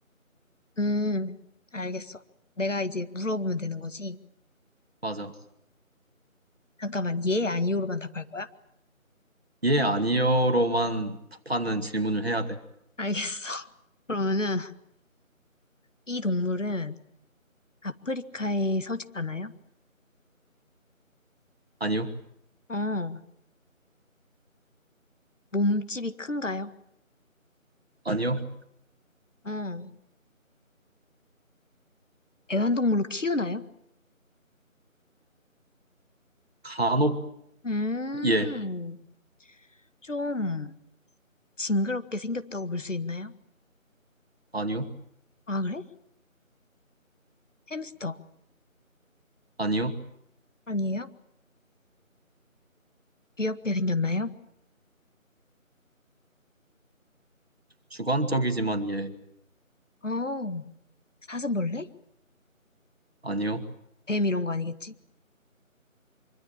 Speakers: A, on the left; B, on the right.
A: 음, 알겠어. 내가 이제 물어보면 되는 거지.
B: 맞아.
A: 잠깐만, 예, 아니오로만 답할 거야?
B: 예, 아니요로만 답하는 질문을 해야 돼.
A: 알겠어. <laughs> 그러면은, 이 동물은 아프리카에 서식하나요?
B: 아니요?
A: 어, 몸집이 큰가요?
B: 아니요?
A: 어. 애완동물로 키우나요?
B: 간혹,
A: 음,
B: 예.
A: 좀 징그럽게 생겼다고 볼 수 있나요?
B: 아니요?
A: 아, 그래? 햄스터.
B: 아니요?
A: 아니에요? 귀엽게 생겼나요?
B: 주관적이지만 예.
A: 어, 사슴벌레?
B: 아니요?
A: 뱀 이런 거 아니겠지?